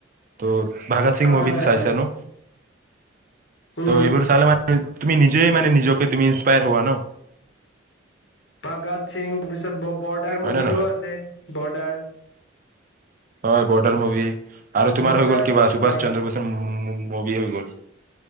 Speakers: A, on the right; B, on the left.
A: ত' ভাগত সিং
B: হয়
A: মুভিটো
B: হয়
A: চাইছা
B: হয়
A: ন।
B: উম
A: ত' এইবোৰ চালে মান তুমি নিজে মানে নিজকে তুমি ইন্সপায়াৰ হোৱা ন।
B: ভাগত সিং তাৰপিছত বৰদাৰ
A: হয়
B: মুভিটোও
A: নে নহয়
B: আছে বৰদাৰ।
A: হয় বৰ্ডাৰ মুভি আৰু তোমাৰ
B: বৰ্ডাৰ
A: হৈ গ'ল কিবা সুভাষ
B: হয়
A: চন্দ্ৰ বোস। মুভি হৈ গ'ল